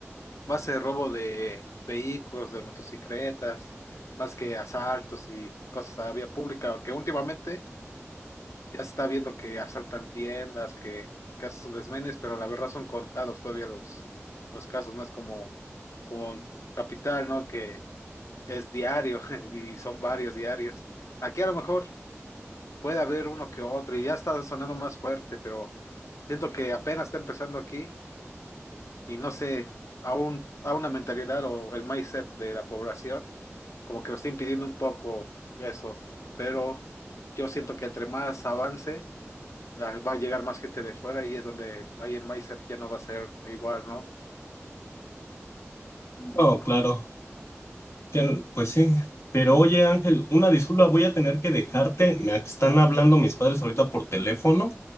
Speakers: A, on the left; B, on the left.
A: más el robo de vehículos, de motocicletas, más que asaltos y cosas a vía pública, que últimamente ya se está viendo que asaltan tiendas, que, que hacen desmanes, pero la verdad son contados todavía los, los casos, no es como, como en Capital, ¿no? Que es diario <laughs> y son varios diarios. Aquí a lo mejor puede haber uno que otro y ya está sonando más fuerte, pero siento que apenas está empezando aquí y no sé, a, un- a una mentalidad o el mindset de la población, como que lo está impidiendo un poco eso, pero yo siento que entre más avance, la- va a llegar más gente de fuera y es donde ahí el mindset ya no va a ser igual, ¿no?
B: No, claro, Tien- pues sí. Pero oye, Ángel, una disculpa, voy a tener que dejarte. Me están hablando mis padres ahorita por teléfono.